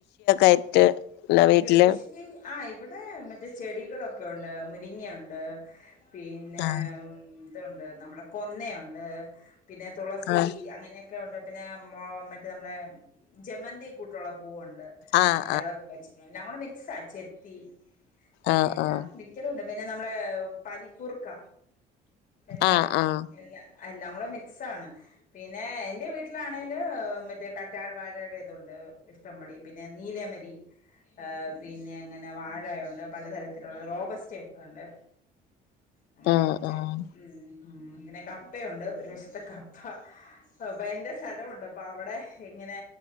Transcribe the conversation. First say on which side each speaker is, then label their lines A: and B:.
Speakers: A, on the left (about 85°); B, on the left (about 50°).
A: ആയിട്ട് ഇണ്ടോ വീട്ടില്
B: കൃഷി ആ ഇവിടെ മറ്റേ ചെടികളൊക്കെ ഒണ്ട് മുരിങ്ങ ണ്ട് പിന്നെ
A: ആഹ്
B: മ് ഇതുണ്ട് നമ്മള കൊന്നയൊണ്ട് പിന്നെ തുളസി
A: ആഹ്
B: അങ്ങനെ ക്കെഒണ്ട് പിന്നെ മൊ മറ്റെ നമ്മുടെ ജമന്തി കൂട്ടൊള്ള പൂവൊ ണ്ട്
A: ആഹ്
B: മറ്റേ അതൊക്കെ വെച്ചി എല്ലാംകുടെ മി സച്ചെത്തി
A: ആഹ്
B: അയ്നെല്ലാം
A: ആഹ്
B: മിക്കലുംണ്ട് പിന്നെ നമ്മളെ പനിക്കുറുക്ക എല്ലാം
A: ആഹ് ആഹ് ആഹ്
B: എല്ല എല്ലാം കൂടെ മിക്സാണ്. പിന്നെ എന്റെ വീട്ടിലാണെങ്കില് മറ്റേ കറ്റാർവാഴെടെ ഇതുണ്ട്. ഇഷ്ടംപടി പിന്നെ നീലമരി പിന്നെ അങ്ങനെ വാഴയുണ്ട് പലതരത്തിലുള്ള റോബസ്റ്റൊക്കെ ഉണ്ട് അങ്ങനെ
A: ആഹ്
B: വച്ചക്കെ
A: ആഹ്
B: ഉം ഉം. പിന്നെ കപ്പയുണ്ട് ഒരു വശത് കപ്പ പപ്പേൻ്റെ സ്ഥലമുണ്ട് അപ്പോൾ അവിടെ ഇങ്ങനെ